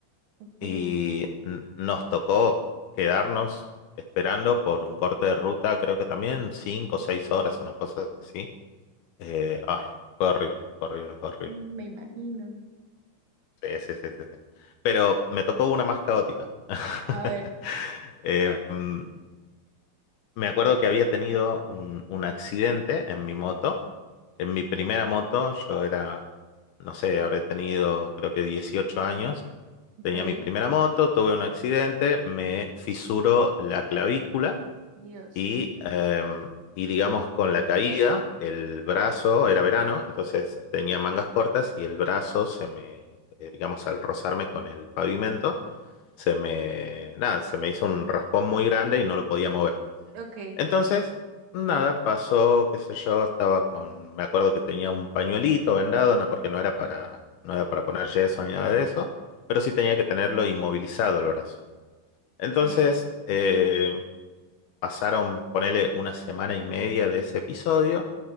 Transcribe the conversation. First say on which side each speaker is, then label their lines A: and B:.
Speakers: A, on the right (about 60°); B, on the left (about 75°).
A: Ok,
B: y n- nos tocó quedarnos esperando por un corte de ruta, creo que también cinco o seis horas, una cosa así. Eh, ay, fue horrible, fue horrible, fue horrible.
A: Mm, Me imagino.
B: Sí, sí, sí, sí, sí. Pero me tocó una más caótica. <laughs>
A: A ver,
B: Eh, mm, me acuerdo que había tenido un, un accidente en mi moto. En mi primera moto, yo era, no sé, habré tenido creo que 18 años.
A: ok,
B: Tenía mi primera moto, tuve un accidente, me fisuró la clavícula
A: Dios.
B: y, em, y digamos con la caída, el brazo, era verano, entonces tenía mangas cortas y el brazo se me, eh, digamos al rozarme con el pavimento, se me, nada, se me hizo un raspón muy grande y no lo podía mover.
A: Ok,
B: Entonces, nada, pasó, qué sé yo, estaba con, me acuerdo que tenía un pañuelito vendado, no, porque no era para, no era para poner yeso ni nada de eso, pero sí tenía que tenerlo inmovilizado el brazo. Entonces,
A: ok,
B: em, Pasaron, ponele una semana y media de ese episodio.